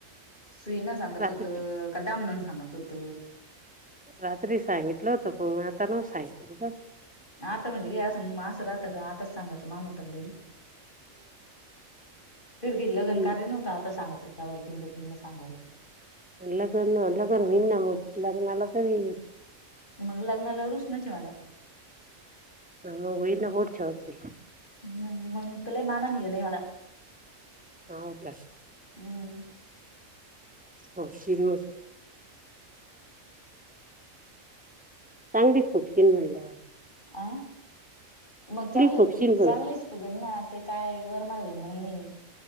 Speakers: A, on the left (about 40°); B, in the centre.
A: सुई न सांगाच
B: रात्री
A: होत कदाम न सांगायच होत
B: रात्री सांगितलं होतो प आता न सांगितलं
A: आता म्हणजे ग असं असं राहत आताच सांगाचं मानवताग तड काही लगनकार्य
B: हं.
A: नव्हतं आता सांगाच नवल तीनदा तीनदा सांगाला
B: नलाकरण नकरर वि ना मो न तररी
A: मग लग्नाला रुच नाही मला
B: आम उई ना बढ च वशी
A: म मग तुला मानान घे नाही मला
B: हा उप
A: हम्म.
B: अ शर म चांगली खूपशी म्होलल्या
A: अ मग चांगली
B: खुपशील
A: चांगलीच
B: म्हणलं
A: फुघण ना ते काय वरमावीन ना मग मी